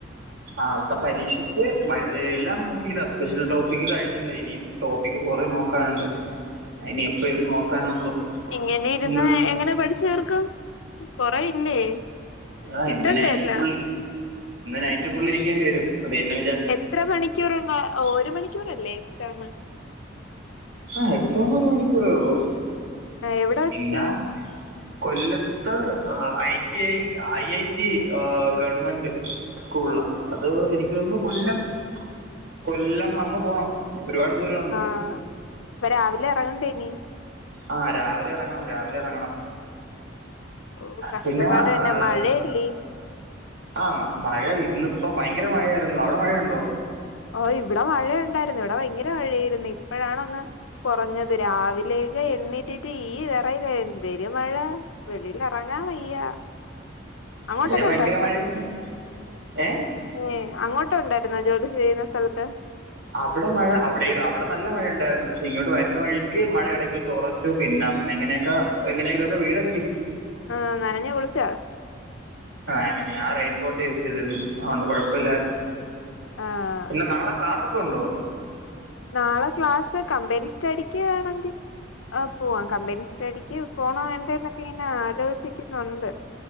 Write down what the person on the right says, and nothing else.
നാളത്തെ പരീക്ഷയ്ക്ക് എല്ലാം നോക്കില്ല സ്പെഷ്യൽ ടോപ്പിക്ക് കഴിഞ്ഞില്ല ഇനിയും ടോപ്പിക്ക് കൊറെ നോക്കാനുണ്ട് ഇനി എപ്പ ഇരുന്ന നോക്കാനോ എന്തോ
ഇന്ന്
ആഹ
ഇന്ന് നൈറ്റ്
ഫുള്ള നൈറ്റ് ആഹ ഫുള്ളിരിക്കേണ്ടി വരും അതന്നെ
ആഹ എക്സാം ഒരു മണിക്കൂറേ ഉള്ളൂ
പിന്നെ
കൊല്ല ഇ I T I I I T I ആഹ ഗവൺമെന്റ് സ്കൂളില അത് എനിക്ക തോന്നുന്നു കൊല്ലം കൊല്ലം അങ്ങ് പോണം ഒരുപാട് ദൂരണ്ട്
ആഹ് രാവിലെ ഇറങ്ങണം രാവിലെ ഇറങ്ങണം
പിന്നെ
എഹ
ആഹ് മഴ ഇന്നിപ്പോ ഭയങ്കര മഴയായിരുന്നു അവിടെ മഴയുണ്ടോ?
ഇവിടെ ഭയങ്കര മഴരുന്നു ഏഹ
അവിടെ മഴ അവിടെ അവിടെ നല്ല മഴണ്ടായിരുന്നു പക്ഷെ ഇങ്ങോട്ട് വരുന്ന വഴിക്ക് മഴ ഇടയ്ക്ക് വെച്ച് ചോറാ പിന്നെ അങ്ങനെ എങ്ങനെയൊക്കെ എങ്ങനെങ്കിലുക്കെ വീടെത്തി
ആഹ ഞാൻ റെയിൻ കോട്ട് യൂസ് ചെയ്തിരുന്നു അതുകൊണ്ട് കുഴപ്പല്ലായിരുന്നു
പിന്നെ നളെ ക്ലാസ് ഒക്കെ ഉണ്ടോ?